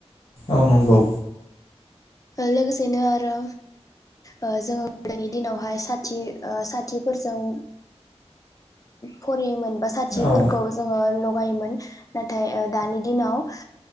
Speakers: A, on the left (about 75°); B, on the left (about 30°).
A: औ नंगौ।
B: लोगोसेनो आरो ओ जोङो गोदोनि दिनावहाय साथि ओ साथिफोरजों फरायोमोन बा साथिफोरखौ
A: औ
B: जोङो ल गायोमोन नाथाय ओ दानि दिनाव